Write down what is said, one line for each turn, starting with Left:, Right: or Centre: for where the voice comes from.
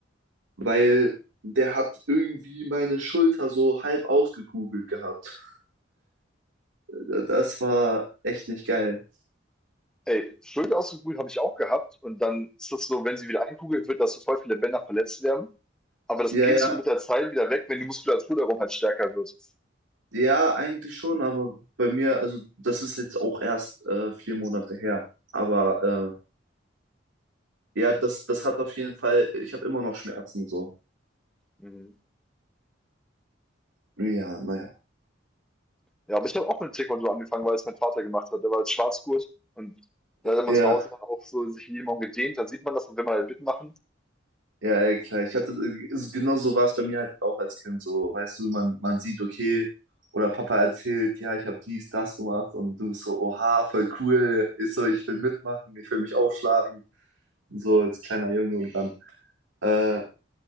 Right: weil der hat irgendwie meine Schulter so halb ausgekugelt gehabt. Äh, Das war echt nicht geil.
Centre: Ey, Schulter habe ich auch gehabt und dann ist das so, wenn sie wieder eingekugelt wird, dass so voll viele Bänder verletzt werden. Aber das
Right: Ja,
Centre: geht
Right: ja,
Centre: so mit der Zeit wieder weg, wenn die Muskulatur darum halt stärker wird.
Right: ja, eigentlich schon, aber bei mir, also das ist jetzt auch erst äh, vier Monate her. Aber äh, ja, das, das hat auf jeden Fall, ich habe immer noch Schmerzen so.
Centre: Mhm.
Right: Ja, naja.
Centre: Ja, aber ich habe auch mit Taekwondo angefangen, weil es mein Vater gemacht hat. Der war als Schwarzgurt und da hat er mal
Right: Ja.
Centre: zu Hause dann auch so sich jeden Morgen gedehnt. Dann sieht man das und will man halt mitmachen.
Right: Ja, ey, klar. Ich hatte, ist, genau so war es bei mir halt auch als Kind. So, weißt du, man, man sieht, okay, oder Papa erzählt, ja, ich habe dies, das gemacht und du bist so, oha, voll cool. Ist so, ich will mitmachen, ich will mich aufschlagen. So als kleiner Junge und dann äh,